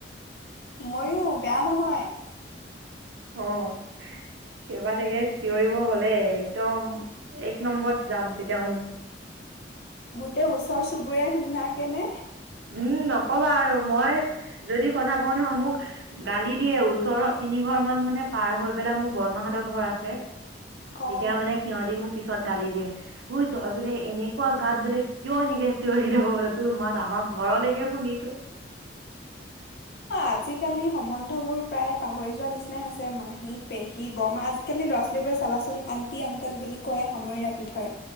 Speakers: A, on the left (about 60°); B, on the right (about 80°).
A: ময়ো বেয়া নহয়।
B: অ', কেইবাটাকে চিঞৰিব হলে একদম এক নম্বৰত যাম তেতিয়া মই
A: গোটেই ওচৰ চুবুৰীয়াই সুন্ধাকে নে
B: উ'ম নকবা আৰু মই যদি কথা কওঁ নহয় মোক গালি দিয়ে ওচৰ তিনি ঘৰ মান মানে পাৰ হৈ পেলাই মোৰ বৰমাহতৰ ঘৰ আছে।
A: অ
B: এতিয়া মানে সিহঁতি মোক পিছত গালি দিয়ে ঐ তই বোলে এনেকুৱা গাঁৱত বোলে কিয় এনেকে চিঞৰি থাক বোলে তোৰ মাত আমাৰ ঘৰলৈকে শুনিছো।
A: অ', আজিকালি সম্বন্ধ বোৰ প্ৰায় পাহৰি যোৱা নিচিনাই হৈছে মাহী, পেহী, বৰমা আজিকালি ল'ৰা ছোৱালীবোৰে চাবাচোন আন্টি আংকেল বুলি কৈয় সামৰি ৰাখি থয়।